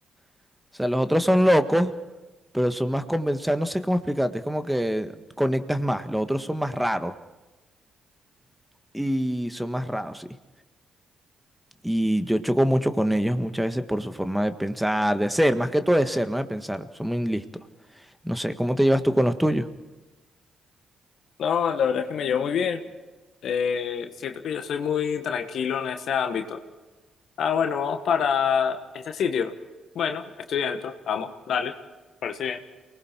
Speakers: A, in the centre; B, on the left.
A: O sea, los otros son locos, pero son más convencidos, no sé cómo explicarte, es como que conectas más, los otros son más raros y son más raros, sí. Y yo choco mucho con ellos muchas veces por su forma de pensar, de ser, más que todo de ser, no de pensar, son muy listos. No sé, ¿cómo te llevas tú con los tuyos?
B: No, la verdad es que me llevo muy bien. Eh, siento que yo soy muy tranquilo en ese ámbito. Ah, bueno, vamos para este sitio. Bueno, estoy dentro. Vamos, dale. Parece bien.